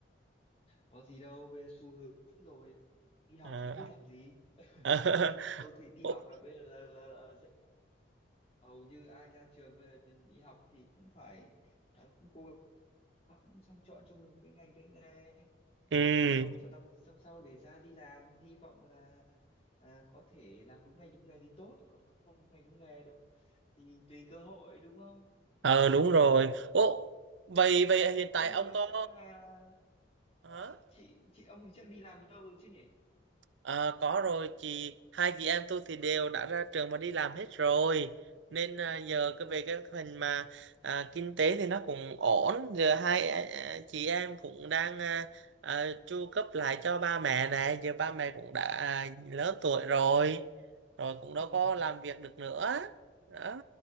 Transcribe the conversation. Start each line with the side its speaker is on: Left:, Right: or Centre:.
Left: có gì đâu, bây giờ xu hướng rồi. Đi học
Right: À.
Left: thì biết làm gì? <laughs>
Right: <laughs>
Left: Tôi thấy đi
Right: Ồ,
Left: học là bây giờ là, là, là, dễ. hầu như ai ra trường bây giờ đi học thì cũng phải ờ, cũng cố gắng xong chọn chung được cái ngành cái nghề
Right: Ừ,
Left: học cho tập xong sau để ra đi làm hy vọng là ờ, có thể làm đúng ngành đúng nghề thì tốt còn không đúng ngành đúng nghề được thì tùy cơ hội đúng không
Right: ờ đúng rồi. Ồ, vậy vậy hiện
Left: ông
Right: tại ông
Left: thì
Right: có
Left: chắc là
Right: hả?
Left: ờ, chị chị ông thì chắc đi làm lâu rồi chứ nhỉ
Right: Ờ, có rồi chị hai chị em tôi thì đều đã ra trường mà đi làm hết rồi nên à,
Left: ừ
Right: giờ cái về cái phần mà à, kinh tế thì nó cũng ổn giờ hai à, chị em cũng đang à, à, chu cấp lại cho ba mẹ này giờ ba mẹ cũng đã à, lớn tuổi rồi rồi cũng đâu
Left: ừ
Right: có làm việc được nữa đó.